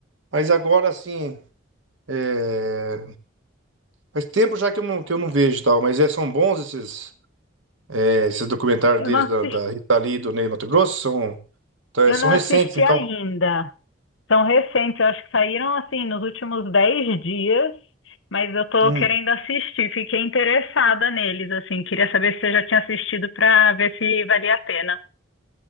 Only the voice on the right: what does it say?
mas agora, assim, É, Faz tempo já que eu não, que eu não vejo e tal, mas é, são bons esses, é, esses documentários
deles
da,
da Rita Lee e do Ney Matogrosso? São, tá, é,
são
recentes,
então.
Hum.